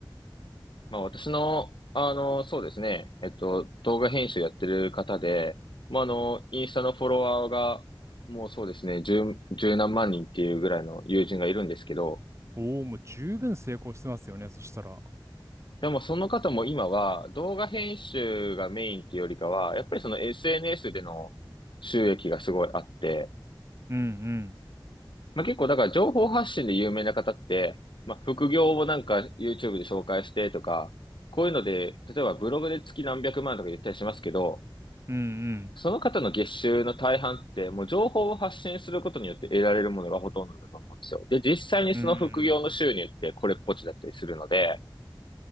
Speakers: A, on the left (about 65°); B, on the right (about 30°).
A: まあ私の、あの、そうですね、えっと、動画編集やってる方で、まああの、インスタのフォロワーが、もうそうですね、十、十何万人っていうぐらいの友人がいるんですけど、
B: おお、もう十分成功してますよね。そしたら。
A: でもその方も今は動画編集がメインっていうよりかは、やっぱりその SNS での収益がすごいあって、
B: うんうん。
A: まあ結構だから情報発信で有名な方って、まあ副業をなんか YouTube で紹介してとか、こういうので、例えばブログで月何百万とか言ったりしますけど、
B: うんうん。
A: その方の月収の大半って、もう情報を発信することによって得られるものがほとんどだと思うんですよ。で、実際にその副業の収入ってこれっぽっちだったりするので、
B: うんうん。